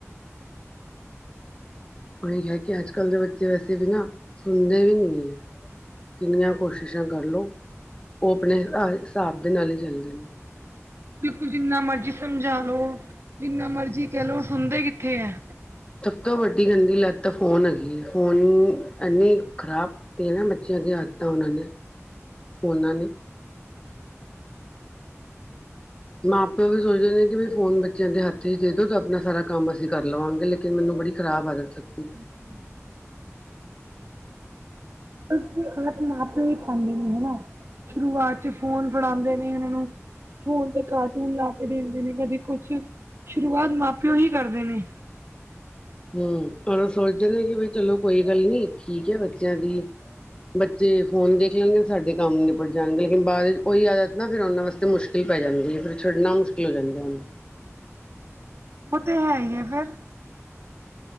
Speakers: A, on the left; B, on the right.
A: ਉਹੀ ਹੈ ਕਿ ਅੱਜ ਕੱਲ੍ਹ ਦੇ ਬੱਚੇ ਵੈਸੇ ਵੀ ਨਾ, ਸੁਣਦੇ ਵੀ ਨਹੀਂ ਹੈ। ਕਿੰਨੀਆਂ ਕੋਸ਼ਿਸ਼ਾਂ ਕਰਲੋ, ਉਹ ਆਪਣੇ ਹਿਸਾਬ ਦੇ ਨਾਲ ਹੀ ਚੱਲਦੇ ਨੇ।
B: ਬਿਲਕੁਲ ਜਿੰਨਾ ਮਰਜੀ ਸਮਝਾ ਲੋ, ਜਿੰਨਾ ਮਰਜੀ ਕਹਿਲੋ, ਸੁਣਦੇ ਕਿੱਥੇ ਹੈ।
A: ਸਭ ਤੋਂ ਵੱਡੀ ਗੰਦੀ ਲੱਤ ਤਾਂ ਫੋਨ ਹੈਗੀ, ਫੋਨ ਇੰਨੀ ਖਰਾਬ <unintelligible> ਬੱਚਿਆਂ ਦੀ ਆਦਤਾਂ ਉਹਨਾਂ ਨੇ, ਫੋਨਾਂ ਨੇ ਮਾਂ ਪਿਓ ਵੀ ਸੋਚਦੇ ਨੇ ਕਿ ਵੀ ਫੋਨ ਬੱਚਿਆਂ ਦੇ ਹੱਥ ਚ ਦੇ ਦੋ ਤੇ ਆਪਣਾ ਸਾਰਾ ਕੰਮ ਅਸੀਂ ਕਰ ਲਵਾਂਗੇ। ਕੇ ਮੈਨੂੰ ਬੜੀ ਖਰਾਬ ਆਦਤ ਲਗਤੀ ਏ।
B: ਹਮ। ਅਸੀਂ ਆਪ ਨਾਥ ਨਹੀਂ ਪਾਉਂਦੇ ਨੇ ਹਨਾ। ਸ਼ੁਰੂਆਤ ਚ ਫੋਨ ਫੜਾਉਂਦੇ ਨੇ ਇਹਨਾਂ ਨੂੰ। ਫੋਨ ਤੇ ਕਾਰਟੂਨ ਲਾ ਕੇ ਦਿੰਦੇ ਨੇ ਕਦੇ ਕੁਛ, ਸ਼ੁਰੂਆਤ ਮਾਂ ਪਿਓ ਹੀ ਕਰਦੇ ਨੇ।
A: ਹਮ, ਓਰ ਉਹ ਸੋਚਦੇ ਨੇ ਕਿ ਬਈ ਚਲੋ ਕੋਈ ਗੱਲ ਨੀ ਠੀਕ ਹੈ ਬੱਚਿਆਂ ਦੀ। ਬੱਚੇ ਫੋਨ ਦੇਖ ਲੈਣਗੇ, ਤੇ ਸਾਡੇ ਕੰਮ ਨਿਪਟ ਜਾਣਗੇ ਲੇਕਿਨ ਬਾਅਦ ਵਿੱਚ ਉਹੀ ਆਦਤ ਨਾ ਫਿਰ ਉਹਨਾਂ ਵਾਸ ਤਾਂ ਮੁਸ਼ਕਿਲ ਪੈ ਜਾਂਦੀ ਹੈ, ਫਿਰ ਛੱਡਣਾ ਮੁਸ਼ਕਿਲ ਹੋ ਜਾਂਦਾ ਉਹਨੂੰ।
B: ਉਹ ਤੇ ਹੈ ਹੀ ਹੈ ਫੇਰ।